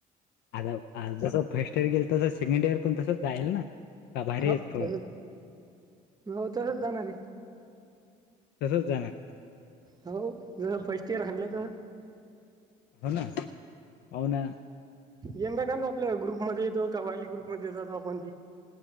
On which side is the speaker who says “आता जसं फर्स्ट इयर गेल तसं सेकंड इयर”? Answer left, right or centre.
Left